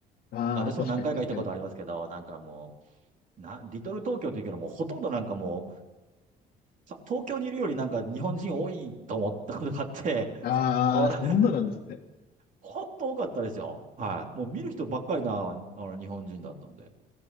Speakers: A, on the left; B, on the right.
A: ああ、
B: 私も何回か行ったことありますけど、
A: 確かに確かに。
B: なんかもう、な、リトル東京って言うけどもうほとんどなんかもう、さ東京にいるよりなんか日本人多いと思ったことがあって、
A: ああ、
B: お <laughs>
A: そんななんですね。
B: ほんと多かったですよ。はい。もう見る人ばっかりな、あの日本人だったんで。